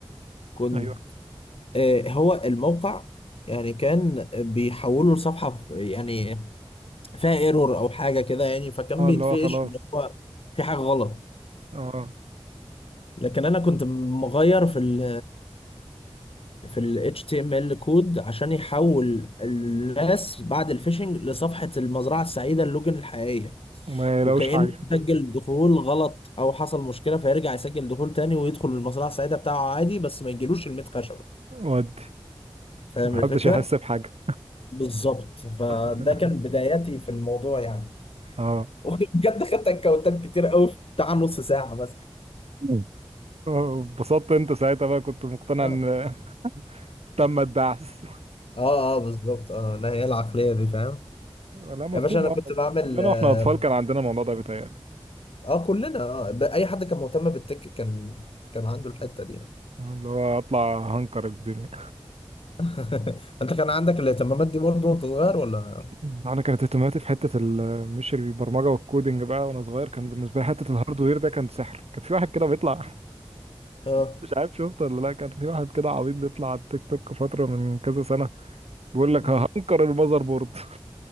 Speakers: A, on the left; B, on the right.
A: كنت
B: ايوه
A: آه هو الموقع يعني كان بيحوله لصفحة ف- يعني فيها ايرور او حاجة كده يعني فكان
B: اه
A: بيتفقش
B: اللي هو خلاص
A: ان هو في حاجة غلط
B: اه
A: لكن انا كنت مغير في ال في ال HTML كود عشان يحول الناس بعد الفيشنج لصفحة المزرعة السعيدة اللوجن الحقيقية
B: وما يلاقوش
A: وكأنه
B: حاجه
A: سجل دخول غلط او حصل مشكلة فيرجع يسجل دخول تاني ويدخل المزرعة السعيدة بتاعه عادي بس ما يجيلوش الميت خشبة
B: ودي
A: فاهم
B: محدش
A: الفكرة؟
B: يحس بحاجة
A: بالظبط فده
B: <laughs>
A: كان بداياتي في الموضوع يعني
B: اه
A: <laughs> وبجد خدت اكونتات كتير قوي في بتاع نص ساعة بس
B: مم. آه، اتبسطت انت ساعتها بقى كنت مقتنع
A: اه
B: ان <laughs> تم الدعس
A: اه آه، بالظبط اه لا هي العقلية دي فاهم
B: لا مفهوم
A: يا باشا انا
B: اه
A: كنت بعمل
B: كلنا
A: اه
B: واحنا اطفال كان عندنا الموضوع ده بيتهيألي
A: آه، كلنا اه ب- اي حد كان مهتم بالتك كان كان عنده الحتة دي يعني.
B: آه، اللي هو اطلع هنكر الدنيا
A: <laughs> انت كان عندك الاهتمامات دي برضو وانت صغير ولا
B: <laughs> مم. انا كانت اهتماماتي في حته ال- مش البرمجه والكودينج بقى وانا صغير كان بالنسبه لي حته الهاردوير ده كان سحر كان في واحد كده بيطلع
A: اه
B: <laughs> مش عارف شفته ولا لا كان في واحد كده عبيط بيطلع على التيك توك فتره من كذا سنه بيقول لك
A: مم.
B: هنكر المذر بورد